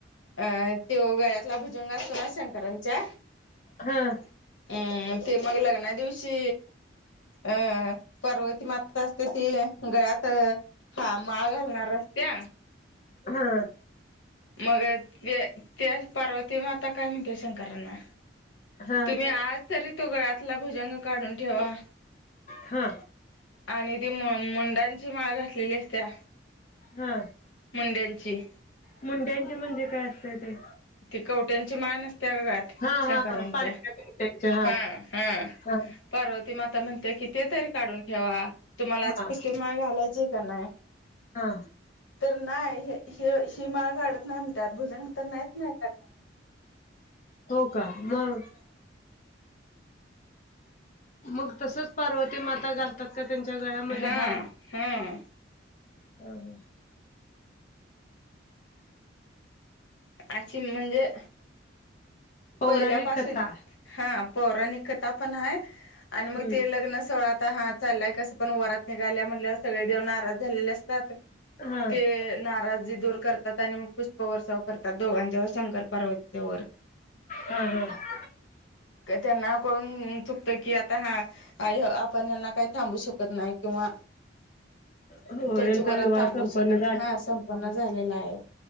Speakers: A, on the left; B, on the left.
A: अं त्यो गळ्यातला भुजंग असत <unintelligible> शंकरांच्या.
B: हा
A: अं ते मग लग्नादिवशी अं पर्वत माता असते ती गळ्यात हा, माळ घालणार <unintelligible>
B: हा.
A: मग त्या पार्वती माता काय म्हणते शंकरांना?
B: हा
A: तुम्ही आज तरी तो गळ्यातला भुजंग काढून ठेवा.
B: हा.
A: आणि ती मुंडांची माळ घातलेली असत्या
B: हा.
A: मुंड्यांची.
B: मुंड्यांची म्हणजे काय असतय ते?
A: ती कवट्यांची माळ नसते का, गळ्यात
B: हा
A: शंकरांच्या,
B: हा हा पांढऱ्या कुर्त्यांच्या
A: हा हा.
B: हा
A: पार्वती माता म्हणते की, ते तरी काढून ठेवा. तुम्हाला आज
B: हा
A: <unintelligible> घालायची का नाही?
B: हा.
A: तर ना, ही माळा काढत नाही म्हणत्यात, भुजंग तर नाहीच नाही का क
B: हो, का? मग. मग तसच पार्वती माता घालतात का त्यांच्या गळ्यामध्ये
A: हा
B: हार?
A: हा
B: हा हा
A: अशी म्हणजे
B: पौराणिक
A: पहिल्यापासून,
B: कथा
A: हा पौराणिकथा पण आहे आणि मग
B: हम्म
A: ते लग्न सोहळा ता हा चालाय कस पण वरात निघाल्या म्हटल्यावर, सगळे देवन नाराज झालेले अस तात
B: हा
A: ते नाराजी दूर कर तात आणि मग पुष्प वर्साव करतात दोघांच्या व शंकर -पार्वतीच्या वर
B: हम्म हम्म
A: त्यांना कळून चुकतं की, आ ता हा आपण यांना काही थांबू शकत नाही किंवा
B: हो
A: त्यांची
B: यांचा
A: वरात
B: विवाह
A: थांबवू
B: संपन्न
A: शक, हा संपन्न झालेला आहे.